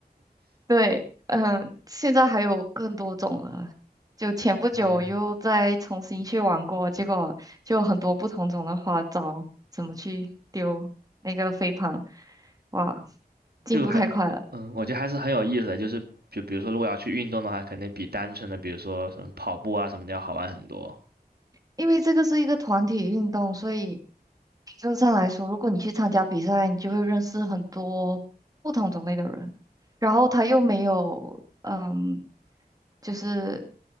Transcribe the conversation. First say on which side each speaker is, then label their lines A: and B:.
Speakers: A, on the right; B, on the right.
A: 对，嗯，现在还有更多种了。就前不久又再重新去玩过，
B: <laughs> 嗯，
A: 结果就很多不同种的花招，怎么去丢那个飞盘，哇，进步太快了。
B: 就还嗯，我觉得还是很有意思的，就是。就比如说，如果要去运动的话，肯定比单纯的，比如说什么跑步啊什么的要好玩很多。
A: 因为这个是一个团体运动，所以理论上来说，如果你去参加比赛，你就会认识很多不同种类的人。然后他又没有，嗯，就是